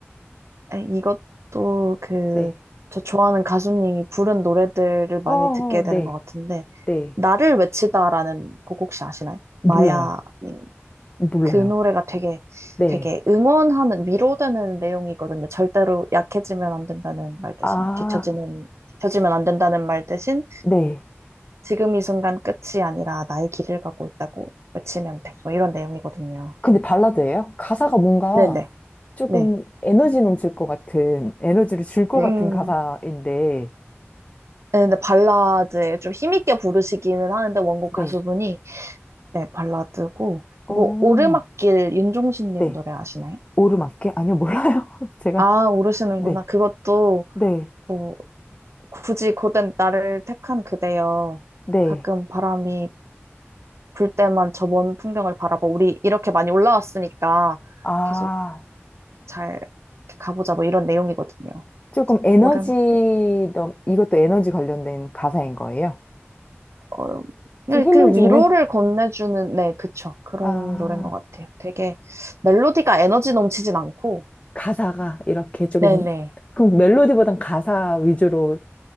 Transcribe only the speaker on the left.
네,
어,
네,
네,
몰라요,
몰라요,
네,
아,
네.
근데 발라드예요? 가사가 뭔가
조금
에너지 넘칠 것 같은, 에너지를 줄 것
같은 가사인데,
네.
어,
네.
오르막길? 아니요, 몰라요. <laughs> 제가,
네,
네,
네.
아.
조금 에너지,
넘- 이것도 에너지 관련된 가사인 거예요.
좀 힘을
주는?
아,
가사가 이렇게 조금,
그럼 멜로디보단 가사 위주로